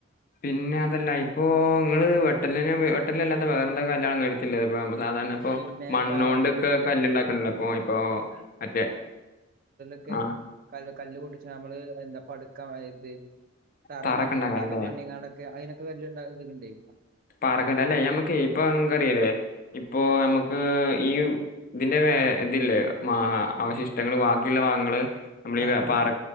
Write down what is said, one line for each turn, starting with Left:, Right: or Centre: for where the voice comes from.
Left: പിന്നെ അതല്ല ഇപ്പൊ നിങ്ങള് വെട്ടലിന വെട്ടല്ലാത്ത വേറെ എന്തൊക്കെ കല്ലാണ് നിങ്ങളുടെ എടുത്തില്ലേ ഇപ്പൊ ന സാധാരണ ഇപ്പൊ
Right: പിന്നെ
Left: മണ്ണോണ്ടൊക്കെ
Right: പാറക്കല്ലുണ്ട്
Left: കല്ല് ഇണ്ടാക്കണില്ലേ ഇപ്പൊ ഇപ്പൊ മറ്റേ
Right: ക്കെ
Left: ആ
Right: കല്ല് കല്ല് പൊട്ടിച്ച് നമ്മള് എന്താ പടുക്ക ഏത് തറ
Left: തറൊക്കെ ഉണ്ടാക്കാനല്ലേ
Right: ഉണ്ടാക്കാൻ വണ്ടിയാണ്ടൊക്കെ അതിനൊക്കെ കല്ല് ഇണ്ടാക്കിണ്ടെ
Left: പാറക്കല് അല്ല നമ്മക്ക് ഇപ്പ നിങ്ങൾക്കറിയില്ലേ ഇപ്പൊ ഞമ്മുക്ക് ഈ ഇതിന്റെ ഇതില്ലേ മാ അവശിഷ്ടങ്ങള് ബാക്കിയുള്ള ഭാഗങ്ങള് നമ്മളീ
Right: ആഹ്
Left: പാറ